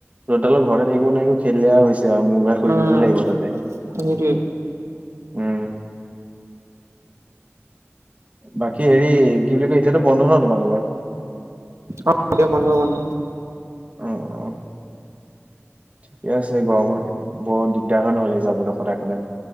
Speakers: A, on the right; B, on the right.
A: ৰ'দডালৰ ঘৰতে থাকিব নোৱাৰি একো খেলিলে আৱ হৈছে। মোৰ ঘূৰাই শুই
B: উম
A: পৰিব লাগিব তাতে
B: সেইটোৱে
A: উম। বাকী হেৰি কি বুলি কয় এতিয়াতো বন্ধ ন তোমালোকৰ।
B: অ এতিয়া বন্ধ বন্ধ।
A: অ অ। ঠিকে আছে গৰমত বৰ দিগদাৰ হয় নহলে যাবলৈ সদায় সদায়।